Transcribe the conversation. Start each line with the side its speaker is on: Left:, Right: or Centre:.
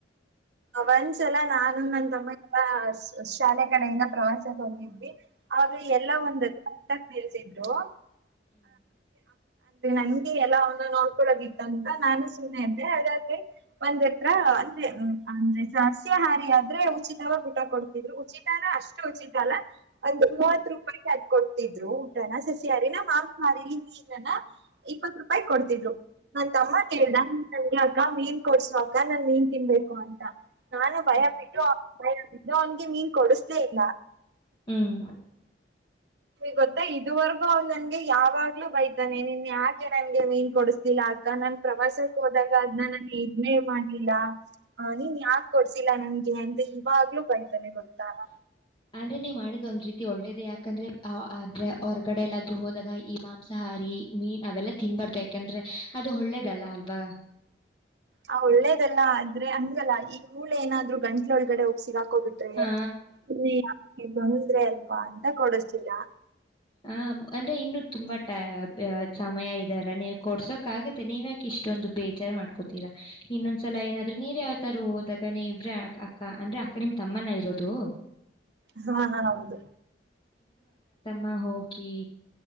Right: ಒಂದ್ಸಲ ನಾನು ನಂದ ತಮ್ಮ ಎಲ್ಲ ಶಾಲೆ ಕಡೆಯಿಂದ ಪ್ರವಾಸಕ್ಕೆ ಹೋಗಿದ್ವಿ ಆ ಎಲ್ಲ ಒಂದ ನಿಲ್ಸಿದ್ರುಂದ ನಂದಿ ಎಲ್ಲ ಅವನ್ನ ನೋಡ್ಕೊಳ್ಳೋದಿತ್ತು ಅಂತ ನಾನು ಸುಮ್ಮ್ನೆ ಇದ್ದೆ ಹಾಗಾಗಿ ಒಂದ್ ಹತ್ರ ಅಂದ್ರೆ ಸಸ್ಯಹಾರಿ ಆದ್ರೆ ಉಚಿತವ ಊಟ ಕೊಡ್ತಿದ್ರು ಉಚಿತನ ಅಷ್ಟೇ ಚಿತಲ್ಲ ಒಂದು ಮೂವತ್ ರೂಪಾಯಿ ತಗ ಕೊಡ್ತಿದ್ರು ನ ಸಸ್ಯಹಾರಿ ನ್ ಮಾ ಸಾರಿಲಿ ನೀರ್ನ್ನ ಇಪ್ಪತ್ ರೂಪಾಯಿ ಕೊಡ್ತಿದ್ರು ನ ತಮ್ಮ ಕೇಳ್ದ ನಂಗ ಅಕ್ಕ ಮೀನ್ ಕೊಡ್ಸಕ್ಕ ನನ್ ಮೀನ್ ತಿನ್ಬೇಕು ಅಂತ ನಾನು ಭಯ ಬಿಟ್ಟು ಅವಯು ಅವನ್ಿಗೆ ಮೀನ್ ಕೊಡಸ್ಲೇ ಇಲ್ಲ
Left: ಹ್ಮ್
Right: ಗೊತ್ತಾ ಇದುವರೆಗೂ ಅವ್ ನನ್ಗೆ ಯಾವಾಗ್ಲೂ ಬೈತಾನೆ ನಿನ್ ಯಾಕೆ ನನ್ಗೆ ಮೀನ್ ಕೊಡಿಸಸ್ತಿಲ್ಲ ಆಗ ನಾನನ್ ಪ್ರವಾಸಕ್ ಹೋದಾಗ ಅದನ್ನ ನಾನ ಇನೇ ಮಾಡ ಆಗ್ಲಿಲ್ಲ ಅ ನೀನ್ ಯಾಕ ಕೊಡ್ಸಿಲ್ಲ ನನ್ಗೆ ಅಂತ ಇವಾಗ್ಲೂ ಬೈತಾನೆ ಗೊತ್ತಲ್ಲ
Left: ಅಂದ್ರೆ ನೀವ್ ಮಾಡಿದ್ ಒಂದ್ ರೀತಿ ಒಳ್ಳೇದ ಯಾಕಂದ್ರೆ ಆದ್ರೆ ಅವ್ರಗಡೆ ಎಲ್ಲಾದ್ರೂ ಹೋದಾಗ ಈ ಮಾಂಸಾಹಾರಿ ಮೀನ್ ಅವೆಲ್ಲಾ ತಿನ್ಬಾರ್ದು ಯಾಕಂದ್ರೆ ಅದು ಒಳ್ಳೇದಲ್ಲ ಅಲ್ವಾ
Right: ಆ ಒಳ್ಳೇದಲ್ಲ ಆದ್ರೆ ಹಂಗಲ್ಲ ಈಗ ಮೂಳೆ ಏನಾದ್ರು ಗಂಟ್ಲೆ ಒಳಗಡೆ ಹೋಗ್ಸಗ ಹಾಕೋಬಿಟ್ರಿ
Left: ಹಾ
Right: ಯಾೆ ಬಂದ್ರೆ ಅಲ್ವಾ ಅಂತ ಕೊಡಿಸ್ತೀರಾ
Left: ಹ ಅಂದ್ರೆ ಇನ್ನು ತುಂಬಾ ಸಮಯ ಇದೆ ಅಲ್ಲ ನೀವು ಕೊಡ್ಸೋಕ್ ಆಗುತ್ತೆ ನೀವ ಯಕೆ ಇಷ್ಟೊಂದು ಬೇಜಾರ್ ಮಾಡ್ಕೊತೀರಾ ಇನ್ನೊಂದ್ಸಲ ಏನಾದ್ರು ನೀವ್ ಯಾವ್ತರ ಹೋದಾಗ ನೀ ಇಬ್ರ ಅಕ್ಕ ಅಂದ್ರೆ ಅಕ್ಕ ನಿಮ್ ತಮ್ಮನ ಇರೋದು
Right: ಹಾ ಹಾ ಹೌದು
Left: ಹ ಹೋಗಿ